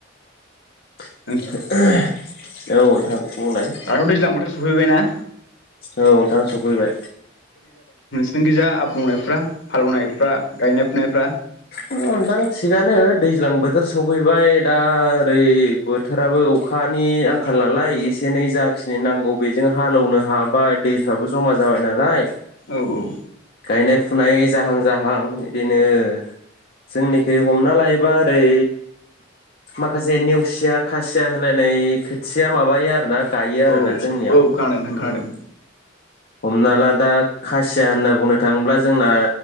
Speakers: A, on the left (about 50°); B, on the left (about 70°).
A: <unintelligible>
B: उम
A: औ नोंथां। बुंलाय
B: आरो दैज्लां बोथोर स फैबायना
A: औ नोंथां सफैबाय।
B: जोंखिजा आब्रुंनायफ्रा हालेवनायफ्रा गायनाय फुनायफ्रा
A: औ नोंथां थिगानो दैज्लां बोथोर सफैबाय दा ओरै बोथोराबो अखा अखानि आंखाल नालाय एसे एनै जाखिनि नांगौ बेजों हालेवनो हाबाय दैफ्राबो जमा जाबाय नालाय
B: औ औ
A: गायनाय फुनाय जाहां जाहां बिदिनो ओह जोंनिखै हमना लायोबा ओरै माखासे नेवसिया खासिया होनलायनाय खोथिया माबायो आरो ना गायो आरोना
B: औ
A: जोंनियाव
B: औ
A: उम
B: खोनादों नोंथां खोनादों
A: हमना ला दा खासिया होनना बुंनो थाङोब्ला जोंना